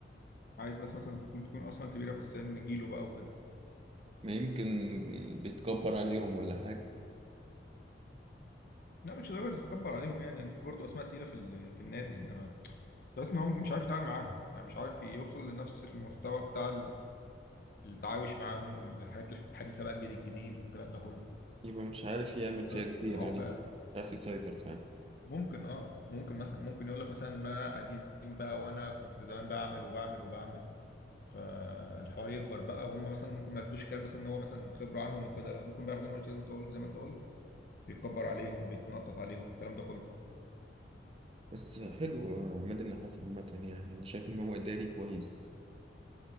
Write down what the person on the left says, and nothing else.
عايز ناس مثلا تكون تكون اصلا كبيره في السن جيله بقى وكده
لا مش لدرجه تتكبر عليهم يعني يعني في برضه اسماء تقيله في ال- في النادي انما تحس ان هو مش عارف يتعامل معاهم يعني مش عارف يوصل لنفس المستوى بتاع التعايش معاهم والحاجات الحديثه بقى الجيل الجديد والكلام ده كله
بس
انما هو
كان
ممكن اه ممكن مثلا ممكن يقول لك مثلا ان انا قديم بقى وانا كنت زمان بعمل وبعمل وبعمل فالحوار يكبر بقى وهم مثلا ممكن ما ياخدوش الكلام مثلا ان هو مثلا خبره عنهم وكده لا ممكن بقى ياخدوا انه لازم تقول زي ما انت قلت بيتكبر عليهم بيتنطط عليهم الكلام ده كله